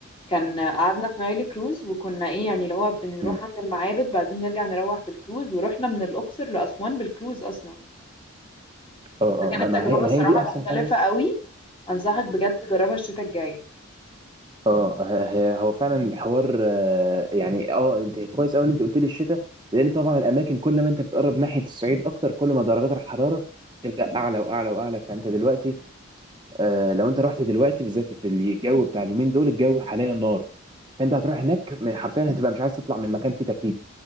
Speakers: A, on the left; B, on the right.
A: كان قعدنا في نايل كروز وكنا ايه يعني اللي هو بنروح
B: مم.
A: عند المعابد بعدين نرجع نروح بالكروز ورحنا من الأقصر لأسوان بالكروز أصلا
B: اه
A: فكانت
B: اه ما ما
A: تجربة
B: هي ما
A: صراحة
B: هي دي احسن
A: مختلفة
B: حاجه
A: قوي أنصحك بجد تجربها الشتاء الجاي
B: اه ه- ه- هو فعلا الحوار آه، يعني اه انت كويس قوي ان انت قلت لي الشتاء لان طبعا الاماكن كل ما انت بتقرب ناحيه الصعيد اكتر كل ما درجات الحراره تبدا اعلى واعلى واعلى فانت دلوقتي آه، لو انت رحت دلوقتي بالذات في الجو بتاع اليومين دول الجو حاليا نار فانت هتروح هناك م- حرفيا هتبقى مش عايز تطلع من مكان فيه تكييف